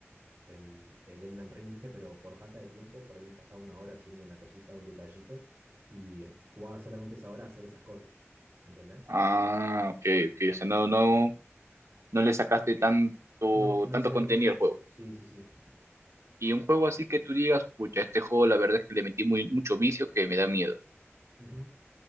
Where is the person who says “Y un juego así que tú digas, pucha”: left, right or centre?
Right